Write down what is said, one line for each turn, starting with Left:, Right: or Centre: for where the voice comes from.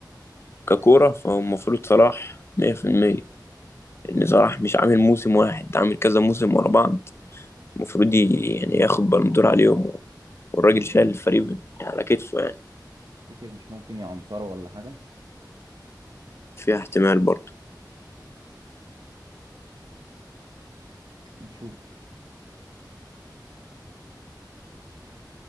Left: ككورة فهو المفروض صلاح 100% إن صلاح مش عامل موسم واحد ده عامل كذا موسم ورا بعض المفروض ي- يعني ياخد بالون دور عليهم و... والراجل شايل الفريق يعني على كتفه يعني
Right: تفتكر مش ممكن يا أنصار ولا حاجة
Left: فيها احتمال برضه
Right: هنشوف